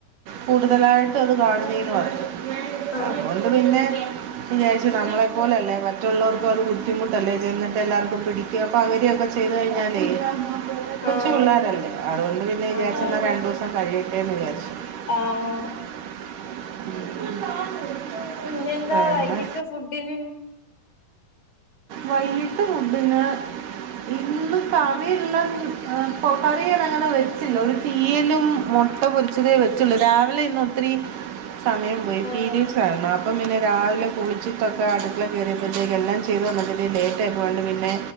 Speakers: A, on the right; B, on the left.
A: കൂടുതലായിട്ട് അത് കാണുന്നേന്ന് പറഞ്ഞു
B: ആ
A: അതുകൊണ്ട് പിന്നെ വിചാരിച്ചു നമ്മളെ പോലല്ലേ മറ്റുള്ളവർക്ക് അത് ബുദ്ധിമുട്ടല്ലേ ചെന്നിട്ട് എല്ലാവർക്കും പി അപ്പൊ പകരാക്കെ ചെയ്തു കഴിഞ്ഞാലേ കൊച്ചു
B: ആഹ് ആഹ്
A: പിള്ളോരല്ലേ അതുകൊണ്ട് പിന്നെ വിചാരിച്ചന്താ
B: അതെ
A: രണ്ടു ദിവസം കഴിയട്ടേന്ന് വിചാരിച്ചു
B: ആ ആ
A: <inaudible>
B: പിന്നെ എന്താ
A: പിന്നെ
B: വൈകിട്ട് ഫുഡിന്
A: വൈകിട്ട് ഫഡിന് ഇന്ന് കറിയല്ലാം കറി അങ്ങനെ വെച്ചില്ലോ ഒ തീയ്യലും മുട്ട പൊരിച്ചതേ വെച്ചുള്ളു രാവിലെ ഇന്ന ഒത്തിരി സമയം പോയി
B: ആഹ്
A: പിരിയഡ്‌സ് ആയിരുന്നു അ അപ്പം പിന്നെ രാവിലെ കുളിച്ചിട്ടൊക്കെ അടുക്കള കയറിയപ്പോഴത്തേക്ക എല്ലാം ചെയ്തു വന്നെ ലേറ്റ് ആയി പോണ്ട് പിന്നെ